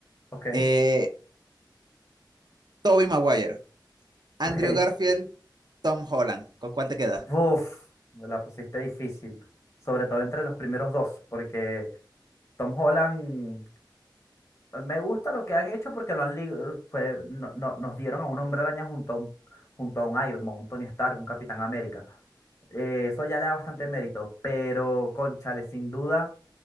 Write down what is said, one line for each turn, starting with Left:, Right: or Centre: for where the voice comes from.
Left: Ok.
Right: Eh, Tobey Maguire, Andrew
Left: Ok.
Right: Garfield, Tom Holland. ¿Con cuál te quedas?
Left: Uf, me la pusiste difícil, sobre todo entre los primeros dos, porque Tom Holland me gusta lo que han hecho porque lo han li- fue, no- no- nos dieron a un Hombre Araña junto a un, junto a un Iron Man, un Tony Stark, un Capitán América. Eh, eso ya le da bastante mérito, pero cónchale, sin duda,